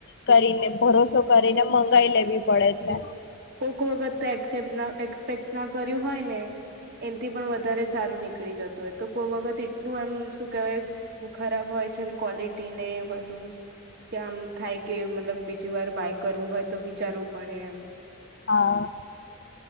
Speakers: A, on the left; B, on the right.
A: કરીને ભરોસો કરીને મંગાવી લેવી પડે
B: હ
A: છે
B: કો કો વગત તો એક્સેપ્ટ ના એક્સપેક્ટ ના કર્યું હોય ને એથી પણ વધારે સારું નીકળી જતું હો તો કોઈ વખત એટલું એમ શ કવાય ખરાબ હોય છે ને ક્વોલિટી ને બધું. કે આમ થાય કે મતલબ બીજી વાર બાય કરવું હોય તો વિચારવું પડે એમ
A: હા